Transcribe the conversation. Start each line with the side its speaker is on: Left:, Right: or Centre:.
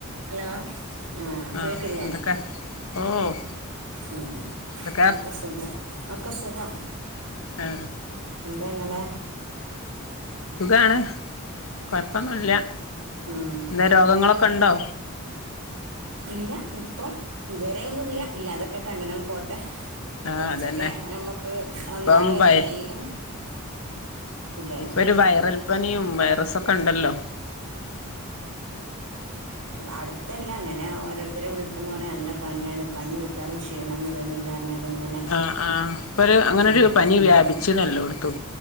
Right: Hello ആ കേട്ടില്ലേ
Left: ആഹ് എന്തൊക്കെ ഓ-
Right: ഉം
Left: എന്തൊക്കെ
Right: ഒക്കെ സുഖം ഒക്കെ സുഖം
Left: ആ
Right: എന്തങ്ങെനെ
Left: സുഖാണ് കൊഴപ്പൊന്നുല്ല
Right: ഉം
Left: എന്താ രോഗങ്ങളൊക്കെ ഉണ്ടോ
Right: ഇല്ല ഇപ്പം ഇതുവരെ ഒന്നും ഇല്ല ഇല്ലാതൊക്കട്ട് അങ്ങനെയ ഒ പോട്ട
Left: ആഹ്
Right: കുറച്ചൊക്കെ
Left: അതന്നെ
Right: നമുക്ക്
Left: ഇപ്പം
Right: ഒന്നാകത്
Left: വയ
Right: എല്ലാം ഇല്ലല്ലോ
Left: ഇപ്പൊ ഒരു വൈറൽപ്പനിയും വൈറസൊക്കെ ഉണ്ടല്ലോ
Right: അടുത്തല്ലാം അങ്ങനെ ഓരോരുത്തരെ വിളിക്കുമ്പോൾ നല്ല പനിയാണ് പനി വിട്ടാലും ക്ഷീണം വിടണില്ല പറഞ്ഞാണ്ട് ഇങ്ങനെ
Left: ആഹ് ആഹ് ഇപ്പൊ ഒരു അങ്ങന
Right: ഉം
Left: ഒരു പനി വ്യാപിച്ചിണല്ലോടത്തും